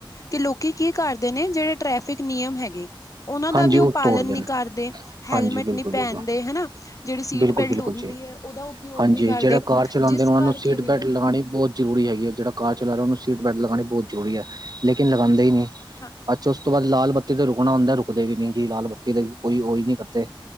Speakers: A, on the left; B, on the right.
A: ਕਿ ਲੋਕੀ ਕੀ ਕਰਦੇ ਨੇ, ਜਿਹੜੇ ਟ੍ਰੈਫਿਕ ਨਿਯਮ ਹੈਗੇ। ਉਹਨਾਂ ਦਾ
B: ਹਾਂਜੀ
A: ਵੀ ਉਹ ਪਾਲਣ
B: ਤੋੜਦੇ
A: ਨਹੀਂ
B: ਨੇ।
A: ਕਰਦੇ। ਹੈਲਮੇਟ
B: ਹਾਂਜੀ ਬਿਲਕੁਲ,
A: ਨਹੀਂ ਪਹਿਨਦੇ,
B: ਬਿਲਕੁਲ,
A: ਹਨਾ ਜਿਹੜੀ ਸੀਟ
B: ਬਿਲਕੁਲ,
A: ਬੈਲਟ
B: ਬਿਲਕੁਲ
A: ਹੁੰਦੀ
B: ਜੀ।
A: ਹੈ। ਉਹਦਾ ਉਪਯੋਗ
B: ਹਾਂਜੀ,
A: ਨਹੀਂ ਕਰਦੇ
B: ਜਿਹੜਾ ਕਾਰ ਚਲਾਉਂਦੇ
A: ਜਿਸ
B: ਨੇ, ਉਹਨਾਂ
A: ਕਰਕੇ
B: ਨੂੰ ਸੀਟ
A: ਵੀ
B: ਬੈਲਟ
A: ਹੈ
B: ਲਗਾਉਣੀ। ਬਹੁਤ ਜ਼ਰੂਰੀ ਹੈਗੀ ਹੈ। ਜਿਹੜਾ ਕਾਰ ਚਲਾ ਰਿਹਾ ਉਹਨੂੰ ਸੀਟ ਬੈਲ ਲਗਾਉ ਬਹੁਤ ਜ਼ੂਰੀ ਹੈ। ਲੇਕਿਨ ਲਗਾਉਂਦੇ ਹੀ ਨਹੀਂ।
A: ਹਾਂ
B: ਅੱਛਾ ਉਸ ਤੋਂ ਬਾਅਦ, ਲਾਲ ਬੱਤੀ ਤੇ ਰੁਕਣਾ ਹੁੰਦਾ। ਰੁਕਦੇ ਵੀ ਨੀ ਜੀ, ਲਾਲ ਬੱਤੀ ਦੇ ਕੋਈ ਹੀ ਨਹੀਂ ਕਰਦੇ।